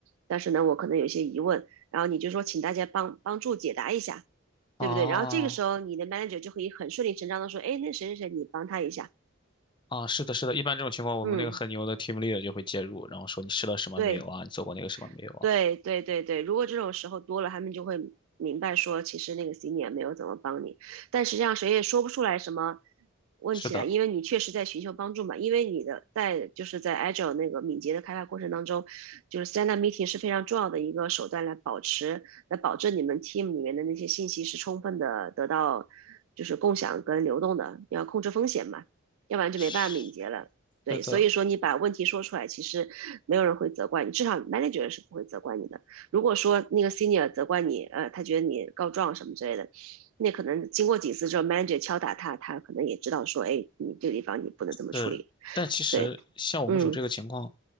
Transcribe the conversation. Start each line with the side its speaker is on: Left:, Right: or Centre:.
Right: 但是呢，我可能有些疑问，然后你就说请大家帮帮助解答一下，
Left: 哦
Right: 对不对？然后这个时候你的 manager 就可以很顺理成章的说，哎，那谁谁谁，你帮他一下，
Left: 哦，是的，是的，一般这种情况，我们那个很牛的
Right: 嗯，
Left: team leader 就会介入，然后说你试了什么没有啊？
Right: 对。
Left: 你做过那个什么没有啊？
Right: 对对对对，如果这种时候多了，他们就会明白说，其实那个 senior 没有怎么帮你，但实际上谁也说不出来什么问题来，
Left: 是的，
Right: 因为你确实在寻求帮助嘛。因为你的在就是在 Agile 那个敏捷的开发过程当中，就是 stand up meeting 是非常重要的一个手段来保持来保证你们 team 里面的那些信息是充分的得到就是共享跟流动的，你要控制风险嘛，要不然就没办法敏捷了。
Left: 是
Right: 对，
Left: 是的，
Right: 所以说你把问题说出来，其实没有人会责怪你，至少 manager 是不会责怪你的。如果说那个 senior 责怪你，呃，他觉得你告状什么之类的，那可能经过几次之后，manager 敲打他，他可能也知道说，哎，你这个地方你不能这么处理。
Left: 是。但其实像我们组这个情况，
Right: 对，嗯